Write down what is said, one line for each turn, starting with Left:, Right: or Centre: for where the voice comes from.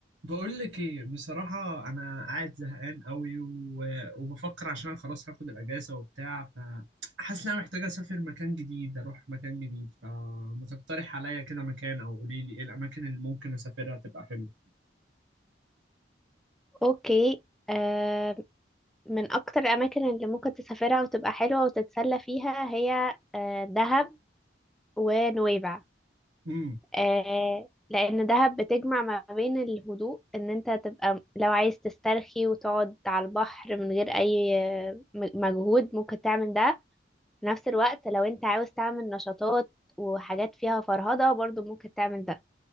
Right: بقول لك ايه بصراحة انا قاعد زهقان قوي و... وبفكر عشان انا خلاص هاخد الاجازة وبتاع فحاسس ان انا محتاج اسافر مكان جديد اروح مكان جديد فما تقترح عليا كده مكان او قولي لي ايه الاماكن اللي ممكن اسافرها تبقى حلوة
Centre: اوكي آه من اكتر الاماكن اللي ممكن تسافرها وتبقى حلوه وتتسلى فيها هي آه دهب ونويبع
Right: امم
Centre: آه لان دهب بتجمع ما بين الهدوء ان انت تبقى لو عايز تسترخي وتقعد على البحر من غير اي آه، م- مجهود ممكن تعمل ده في نفس الوقت لو انت عاوز تعمل نشاطات وحاجات فيها فرهضه برضو ممكن تعمل ده